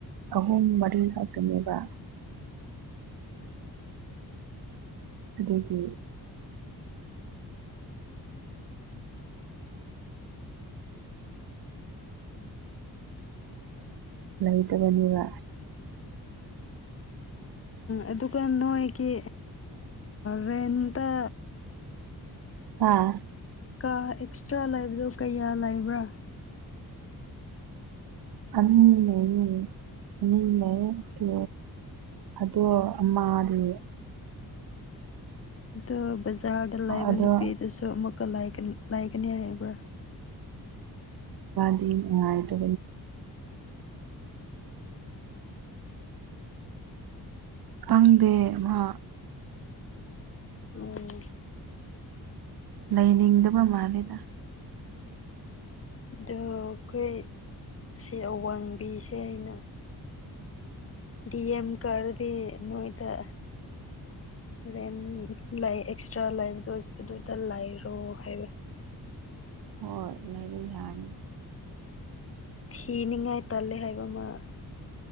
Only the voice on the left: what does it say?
ꯑꯗꯨꯒ ꯅꯣꯏꯒꯤ ꯔꯦꯟꯇ
ꯀꯥ ꯑꯦꯛꯁꯇ꯭ꯔꯥ ꯂꯩꯕꯗꯣ ꯀꯌꯥ ꯂꯩꯕ꯭ꯔꯥ
ꯑ ꯕꯖꯥꯔꯗ ꯂꯩꯕ
ꯅꯨꯄꯤꯗꯨꯁꯨ ꯑꯃꯨꯛꯀ ꯂꯥꯏꯒꯅꯤ ꯍꯥꯏꯕ꯭ꯔꯥ
ꯎꯝ
ꯑꯗꯣ ꯑꯩꯈꯣꯏ ꯁꯤ ꯑꯋꯥꯡꯕꯤꯁꯦ ꯑꯩꯅ ꯗꯤ ꯑꯦꯝ ꯀꯔꯗꯤ ꯅꯣꯏꯗ ꯦꯟ ꯂꯥꯛꯑ ꯑꯦꯛꯁꯇ꯭ꯔꯥ ꯂꯩꯕꯗꯣ ꯑꯗꯨꯗ ꯂꯩꯔꯣ ꯍꯥꯏꯕ
ꯊꯤꯅꯤꯡꯉꯥꯏ ꯇꯜꯂꯦ ꯍꯥꯏꯕ ꯑꯃ